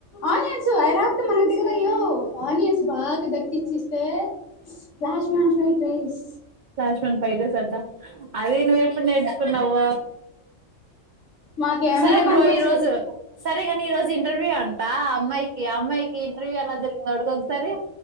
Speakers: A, on the left; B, on the right.
A: ఆనియన్స్ అ లేకపోతే మనకు దిగదు అయ్యో ఆనియన్స్ బాగా దట్టిచి స్తే flash man fried rice
B: flash man fried rice అంతా అది నువ్వు ఎప్పుడు నేర్చుకున్నావో
A: మాకేమో
B: సరే
A: పనికొచ్చేది
B: బ్రో ఈ రోజు సరే కాని ఈ రోజు ఇంటర్వ్యూ అంటా అమ్మాయికి అమ్మాయికి ఇంటర్వ్యూ ఎలా జరిగిందో అడుగు ఒకసారి